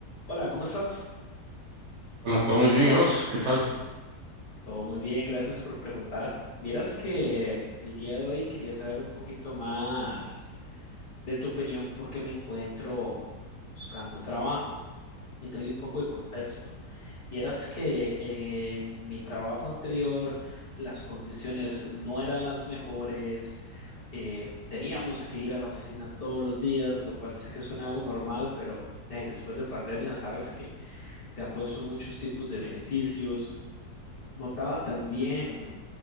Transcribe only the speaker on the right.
Hola, todo muy bien, ¿y vos? ¿Qué tal?